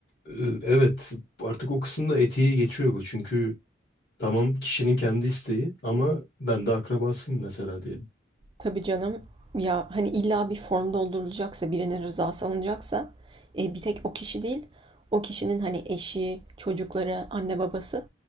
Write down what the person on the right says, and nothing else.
Tabii canım. Ya hani illa bir form doldurulacaksa, birinin rızası alınacaksa e, bir tek o kişi değil, o kişinin hani eşi, çocukları, anne babası